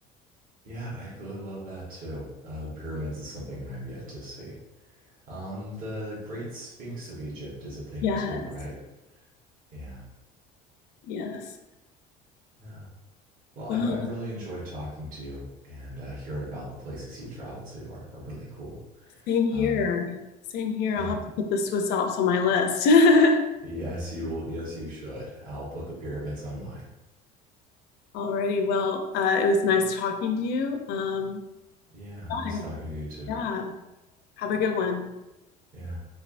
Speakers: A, on the right (about 45°); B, on the left (about 60°).
A: yeah. I'd really love that too. Uh, the pyramids is something I've yet to see. Um, the Great Sphinx of Egypt is a thing
B: Yes,
A: too, right? Yeah,
B: yes.
A: yeah. Well,
B: Wow.
A: I've, I've really enjoyed talking to you and uh, hearing about the places you've traveled to are, are really cool.
B: Same here.
A: Um,
B: Same here.
A: yeah.
B: I'll have to put the Swiss Alps on my list. <laughs>
A: Yes, you will. Yes, you should. I'll put the pyramids on mine.
B: Alrighty. Well, uh, it was nice talking to you. Um,
A: Yeah.
B: bye.
A: Nice talking to you too.
B: Yeah. Have a good one.
A: Yeah.